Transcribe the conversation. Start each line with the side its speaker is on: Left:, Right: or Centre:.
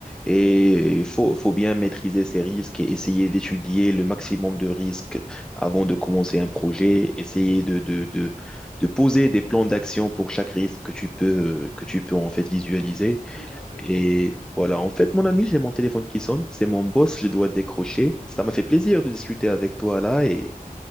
Centre: Et il faut, faut bien maîtriser ces risques et essayer d'étudier le maximum de risques avant de commencer un projet, essayer de, de, de, de poser
Left: Mhm.
Centre: des plans d'action pour chaque risque que tu peux, que tu peux en fait visualiser.
Left: Tout à fait.
Centre: Et voilà, en fait, mon ami, j'ai mon téléphone qui sonne, c'est mon boss, je dois décrocher. Ça m'a fait plaisir de discuter avec toi là et